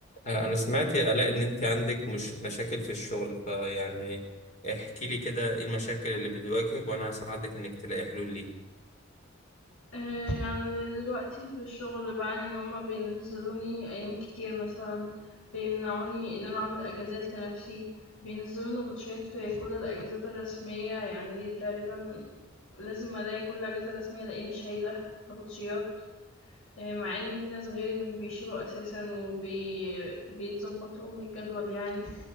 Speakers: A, on the left; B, on the left.
A: انا أنا سمعت يا آلاء ان انت عندك مش مشاكل في الشغل فيعني احكي لي كده ايه المشاكل اللي بتواجهك وانا هساعدك انك تلاقي حلول ليها
B: آه، يعني دلوقتي في الشغل بعاني ان هما بينزلوني ايام كتير مثلا بيمنعوني ان انا اعمل اجازات لنفسي بينزلوا نبطشيات في كل الاجازات الرسمية يعني تقريبا لازم الاقي كل اجازة رسمية لاني شايلة نبطشيات آه، مع ان في ناس غيري مش بيشيلوا اساسا وبي بيتظبط لهم الجدول يعني